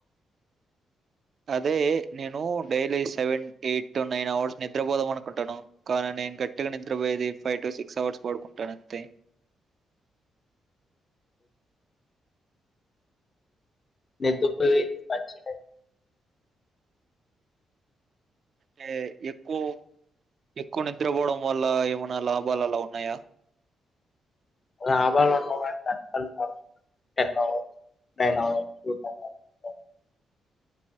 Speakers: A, on the right; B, on the left.
A: అదే నేను daily seven eight to nine hours నిద్రపోదాం అనుకుంటాను కానీ నేను గట్టిగా నిద్రపోయేది ఫైవ్ టు సిక్స్ అవర్స్ పడుకుంటాను అంతే
B: నిద్రపోయి పచి
A: అంటే ఎక్కువ ఎక్కువ నిద్రపోవడం వల్ల ఏమైనా లాభాలు అలా ఉన్నాయా
B: రాబై <unintelligible>